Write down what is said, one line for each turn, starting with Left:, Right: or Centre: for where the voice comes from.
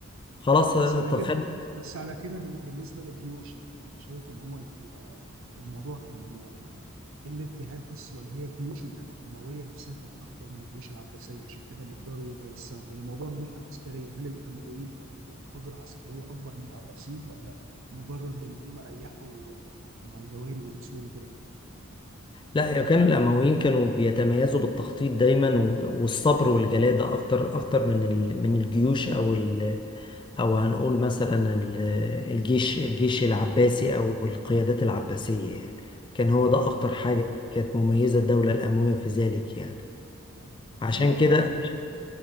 Left: خلاص
Right: بس على
Left: تخيل
Right: كده بس على كده بال- بالنسبه للجيوش انت انت شايف ان هو ال- ال- الموضوع كان آه، قله جهاد بس ولا هي الجيوش الأم- الامويه نفسها كانت اقوى من الجيوش العباسيه عشان كده بيقدروا يتوسعوا يعني الموضوع من ناحيه عسكريه هل الامويين كان عندهم قدره عسكريه اكبر من العباسيين ولا مجرد ان هم ريحوا مع الجواري والاصول
Left: لا هي كان الأمويين كانوا بيتميزوا بالتخطيط دايما و- والصبر والجلادة أكتر أكتر من ال... من الجيوش أو ال... أو هنقول مثلا ال- الجيش الجيش العباسي أو القيادات العباسية يعني كان هو ده
Right: وكده
Left: أكتر حاجة كانت مميزة الدولة الأموية في ذلك يعني
Right: حلو
Left: عشان
Right: بس انا هقول لك
Left: كده
Right: على حاجه بقى